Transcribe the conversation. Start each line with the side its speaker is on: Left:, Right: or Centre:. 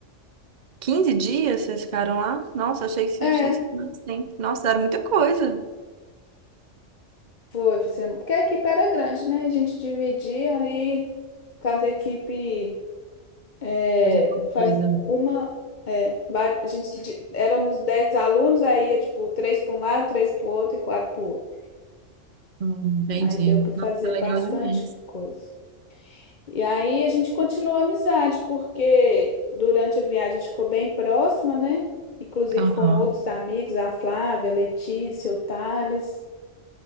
Right: 15 dias vocês ficaram lá? Nossa, achei que vocês
Left: É.
Right: tinham sido mais tempo. Nossa, era muita coisa.
Left: Foi, fizemos. Porque a equipe era grande, né? A gente dividia e cada equipe é,
Right: Fazer alguma
Left: faz
Right: coisa.
Left: uma. é, va- a gente di- éramos 10 alunos, aí ia tipo três para um lado, três para o outro e quatro para o outro.
Right: Hum, entendi.
Left: Aí deu para fazer
Right: Nossa,
Left: bastante
Right: legal demais.
Left: coisa. E aí a gente continuou a amizade, porque durante a viagem a gente ficou bem próxima, né? Inclusive
Right: Aham.
Left: com outros amigos, a Flávia, a Letícia, o Thales.